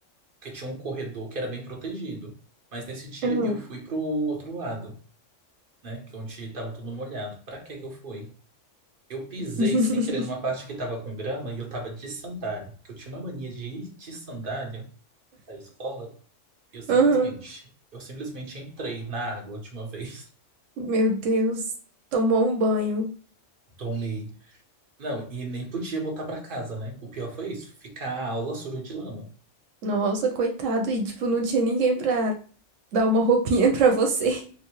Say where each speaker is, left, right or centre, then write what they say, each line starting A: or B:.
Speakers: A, on the right; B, on the right.
A: porque tinha um corredor que era bem protegido. Mas nesse dia
B: Uhum.
A: eu
B: Uhum.
A: fui pro outro lado, né? Que é onde tava tudo molhado. Pra que que eu fui? Eu pisei
B: <laughs>
A: sem querer numa parte que tava com grama e eu tava de sandália. Porque eu tinha uma mania de ir de sandália à escola e eu simplesmente,
B: Aham.
A: eu simplesmente entrei na água de uma vez.
B: Meu Deus, tomou um banho.
A: <laughs> Tomei. Não, e nem podia voltar pra casa, né? O pior foi isso, ficar a aula suja de lama.
B: Nossa, coitado. E tipo, não tinha ninguém pra dar uma roupinha <laughs> pra você.